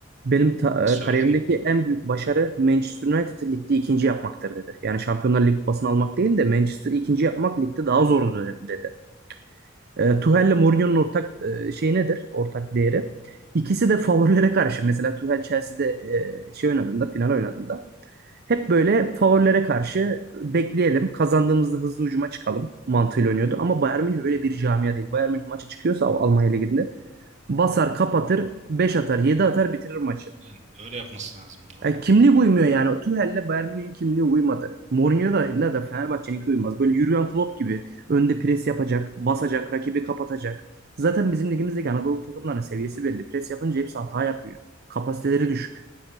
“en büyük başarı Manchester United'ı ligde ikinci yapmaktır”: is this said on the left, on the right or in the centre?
Right